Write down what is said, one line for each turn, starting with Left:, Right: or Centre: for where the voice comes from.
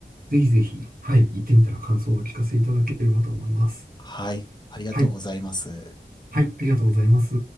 Right: ぜひぜひ、はい、行ってみたら感想をお聞かせいただければと思います。
Left: はい。ありがとうございます。
Right: はい。はい、ありがとうございます。